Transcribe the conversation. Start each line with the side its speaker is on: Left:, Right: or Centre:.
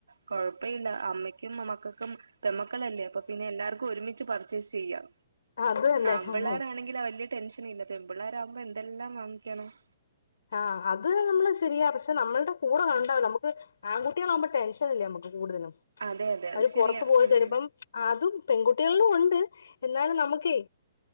Right: കൊഴപ്പയില്ല അമ്മയ്ക്കും മക്കൾക്കും പെമ്മക്കളല്ലേ അപ്പൊ പിന്നെ എല്ലാർക്കും ഒരുമിച്ച്- മിച്ച് പർച്ചേസ് ചെയ്യാം
Left: അത് തന്നെ
Right: ആൺപിള്ളേർ ആണെങ്കിലാ വലൃ ടെൻഷൻ ഇല്ല- പെൺപിള്ളേരാകുമ്പം എന്തെല്ലാം വാങ്ങിക്കണം-
Left: ആഹ് അത് നമ്മള് ശരിയാ പക്ഷെ നമ്മളുടെ കൂടെ കണ്ടാവ നമുക്ക് ആൺകുട്ടികളാകുമ്പം ടെൻഷൻല്ലേ നമുക്ക്- കൂടുതലും
Right: അതെ അതെ
Left: അവര്
Right: അത് ശരിയാ
Left: പൊറത്ത് പോയിട്ട്
Right: ഉം
Left: വരുമ്പം അതും പെൺകുട്ടികളിലും ഒണ്ട്- എന്നാലും നമുക്കേ-